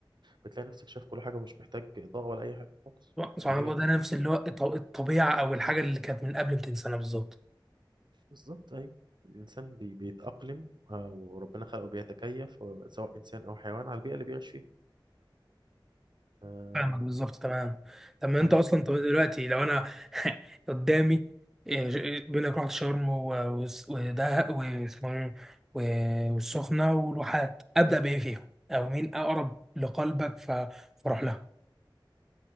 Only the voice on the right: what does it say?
بتلاقي نفسك شايف كل حاجه ومش محتاج اضاءه ولا اي حاجه خالص
جميله
جدا
بالظبط ايوه الانسان بي... بيتاقلم آه، وربنا خلقه بيتكيف آه، سواء انسان او حيوان على البيئه اللي بيعيش فيها آه،
عندهم